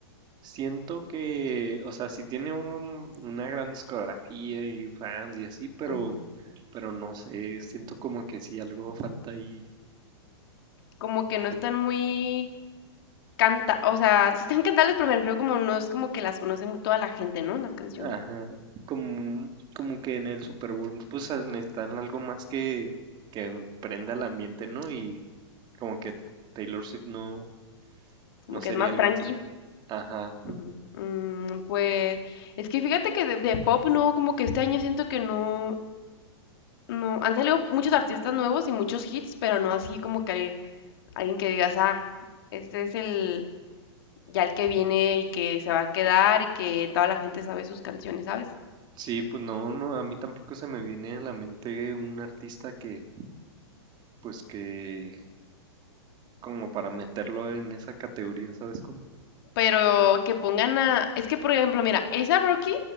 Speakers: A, on the right (about 30°); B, on the left (about 55°).
A: siento que, o sea, sí tiene un- una gran discografía y fans y así, pero,
B: ujú,
A: pero no sé, siento como que sí algo falta ahí,
B: Como que no
A: como
B: están muy... Canta, o sea, sí están cantables, pero me refiero como no es como que las conoce mu- toda la gente, ¿no? Las canciones.
A: Ajá, como, como que en el Super Bowl pues a- necesitan algo más que, que prenda el ambiente, ¿no? Y como que Taylor Swift no,
B: Como
A: no
B: que
A: sería
B: es más
A: algo
B: tranqui.
A: así. co- Ajá,
B: Ujú. Mm, pues es que fíjate que de, de pop no, como que este año siento que no, No, han salido muchos artistas nuevos y muchos hits, pero no así como que alguien que digas, ah, este es el, ya el que viene y que se va a quedar y que toda la gente sabe sus canciones, ¿sabes?
A: sí, pues no, no, a mí tampoco se me viene a la mente un artista que, pues que, como para meterlo en esa categoría, ¿sabes cómo?
B: Pero que pongan a, es que por ejemplo, mira, A$AP Rocky